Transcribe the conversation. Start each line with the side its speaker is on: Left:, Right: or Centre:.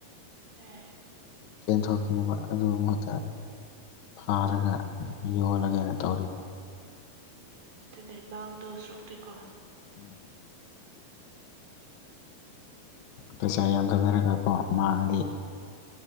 Right: <unintelligible>
Left: ꯆꯦꯟꯊꯣꯛꯈꯤꯅꯤꯕ ꯑꯗꯨ ꯃꯍꯛꯇ ꯐꯥꯔꯒ ꯌꯣꯜꯂꯒꯦꯅ ꯇꯧꯔꯤꯕ
Right: ꯑꯗꯨꯗꯅꯦ ꯃꯥꯡꯗꯧ ꯁꯔꯨꯛꯇꯣꯏꯀꯣ
Left: ꯎꯝ ꯄꯩꯁꯥ ꯌꯥꯝꯊꯊꯔꯒꯀꯣ ꯃꯥꯡꯉꯗꯤ